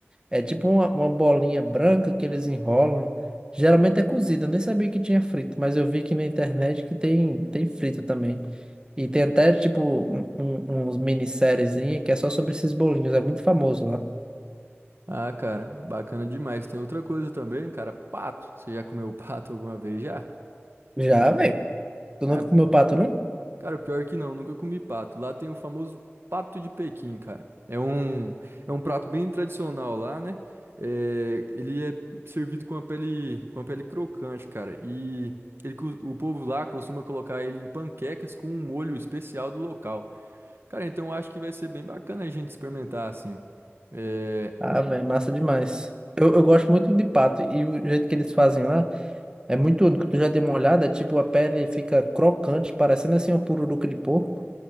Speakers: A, on the right (about 20°); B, on the right (about 60°).
A: É tipo uma, uma bolinha branca que eles enrolam. Geralmente é cozida, eu nem sabia que tinha frito, mas eu vi aqui na internet que tem, tem frito também. E tem até, tipo, um, um, uns minisseriezinha que é só sobre esses bolinhos, é muito famoso lá.
B: ah, cara, bacana demais. Tem outra coisa também, cara, pato. Você já comeu <laughs> pato alguma vez já?
A: Já, velho? Tu
B: Ah,
A: nunca comeu pato, não?
B: Cara, pior que não, nunca comi pato. Lá tem o famoso pato de Pequim, cara. É um, é um prato bem tradicional lá, né? É, ele é servido com a pele, com a pele crocante, cara. E ele, cos- o povo lá costuma colocar ele em panquecas com um molho especial do local. Cara, então eu acho que vai ser bem bacana a gente experimentar assim. É,
A: Ah, velho, massa demais. Eu, eu gosto muito de pato, e o jeito que eles fazem lá é muito único. Tu já deu uma olhada, tipo, a pele fica crocante, parecendo assim uma pururuca de porco.